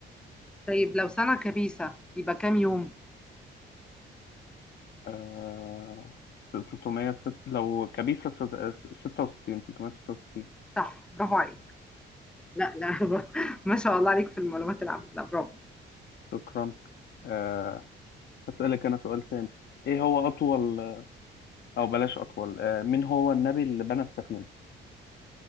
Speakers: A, in the centre; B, on the left.
A: طيب لو سنة كبيسة يبقى كام يوم؟
B: آه 300 ست... لو كبيسة ست... 66 366
A: صح برافو عليك لا لا <laughs> ما شاء الله عليك في المعلومات العامة لا برافو
B: شكرا آه هسألك انا سؤال تاني ايه هو اطول او بلاش اطول آه، مين هو النبي اللي بنى السفينه